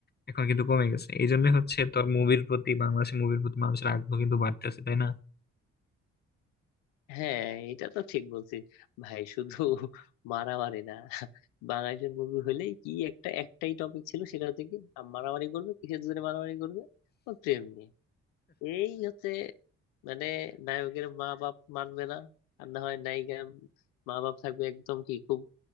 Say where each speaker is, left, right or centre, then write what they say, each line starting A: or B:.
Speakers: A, on the left; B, on the left.
A: এখন কিন্তু কমে গেছে এই জন্য হচ্ছে তোর মুভির প্রতি বাংলাদেশি মুভির প্রতি মানুষের আগ্রহ কিন্তু বাড়তেছে তাই না
B: হ্যাঁ এটা তো ঠিক বলছি ভাই শুধু মারামারি না বাংলাদেশের মুভি হলেই কি একটা একটাই টপিক ছিল সেটা হচ্ছে কি আম- মারামারি করবে কিসের জন্য মারামারি করবে ও প্রেম নিয়ে এই হচ্ছে মানে নায়কের মা বাপ মানবে না আর না হয় নায়িকার মা বাপ থাকবে একদম কি খুব